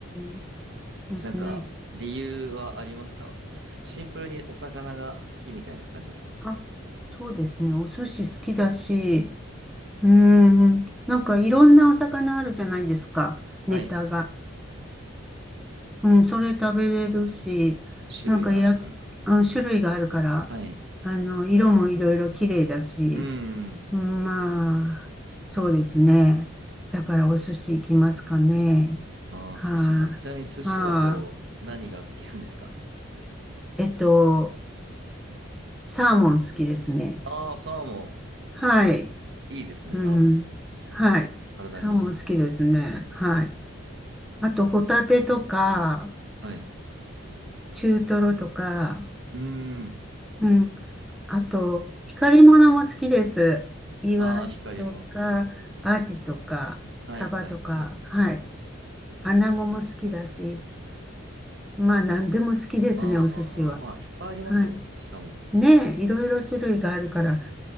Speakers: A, in the centre; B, on the right.
A: ん、ですね。
B: なんか、理由はありますかすシンプルにお魚が好きみたいな感じですか
A: あ、そうですね。お寿司好きだし、うーん、なんかいろんなお魚あるじゃないですか。ネタが。
B: はい。
A: うん、それ食べれるし、
B: 種類があるからか。
A: なんかや、あの種類があるから、
B: はい。
A: あの、色もいろいろ綺麗だし、
B: うん。
A: まあ、そうですね。だからお寿司行きますかね。
B: ああ、
A: はい、
B: 寿司派。ちなみに寿司だと何が好きなんですか
A: はい、えっと、サーモン好きですね。
B: ああー、サーモ
A: はい。
B: ン。いいですね、
A: うん。
B: サーモン。
A: はい。
B: 体にいい。
A: サーモン好きですね。はい。あと、ホタテとか、
B: はい。
A: 中トロとか、
B: うーん。
A: うん。あと、光り物も好きです。イワシとか、
B: ああ、光り物。
A: アジとか、
B: はい、
A: サバとか、
B: はい、はい。
A: はい。アナゴも好きだし、まあ、何でも好きですね、
B: ああ、
A: お寿司は。
B: まあ、いっぱいありますもんね、
A: はい。
B: しかも。
A: ねえ、いろいろ種類があるから